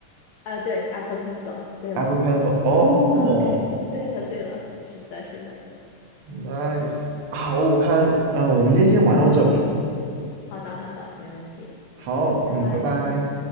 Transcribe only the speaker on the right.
，Apple Pencil。哦
，nice，好，我看，呃，我们今天先玩到这吧。
好，
嗯，拜拜。